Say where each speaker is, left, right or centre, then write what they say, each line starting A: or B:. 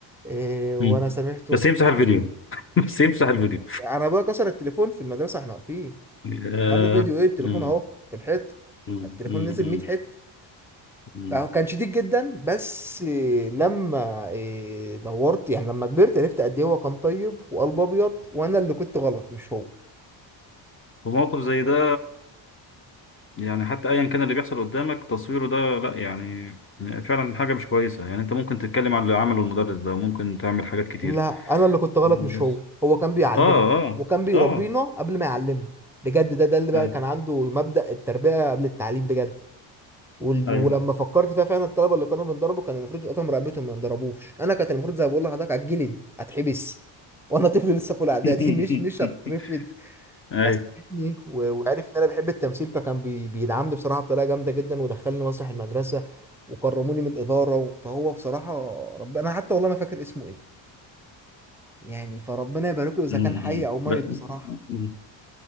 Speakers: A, in the centre; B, on the left.
A: إيه وانا
B: مم.
A: سامحته
B: بس
A: وبتاع
B: يمسح الفيديو <laughs> بس يمسح الفيديو
A: انا ابويا كسر التليفون في المدرسة واحنا واقفين
B: <laughs> آه.
A: قال له فيديو ايه التليفون
B: مم.
A: اهو في الحيطة
B: مم.
A: فالتليفون
B: مم.
A: نزل
B: مم.
A: 100 حتة
B: مم.
A: فهو كان شديد جدا بس إيه، لما إيه، دورت يعني لما كبرت عرفت قد ايه هو كان طيب وقلب ابيض وانا اللي كنت غلط مش هو
B: في موقف زي ده يعني حتى ايا كان اللي بيحصل قدامك تصويره ده لا يعني فعلا حاجه مش كويسه يعني انت ممكن تتكلم على اللي عمله المدرس ده ممكن تعمل حاجات كتير
A: لا انا اللي كنت غلط
B: بس
A: مش هو هو كان بيعلمني
B: اه اه
A: وكان بيربينا
B: اه
A: قبل ما يعلمنا بجد ده ده اللي بقى
B: أي-
A: كان عنده مبدأ التربية قبل التعليم بجد وال-
B: ايوه
A: ولما فكرت فيها فعلا الطلبة اللي كانوا بنضربه كان المفروض يقطعوا رقبتهم ما ينضربوش انا كانت المفروض زي ما بقول لحضرتك هتجلد هتحبس وانا طفل لسه في اولى اعدادي
B: <laughs>
A: <laughs> مش مش هترفد
B: ايوه
A: فساعدني و- وعرف ان انا بحب التمثيل فكان بي... بيدعمني بصراحه بطريقه جامده جدا ودخلني مسرح المدرسه وكرموني من الاداره و- فهو بصراحه رب... انا حتى والله ما فاكر اسمه ايه يعني فربنا يبارك له اذا
B: أمم.
A: كان حي او ميت
B: ب-
A: بصراحه
B: أمم.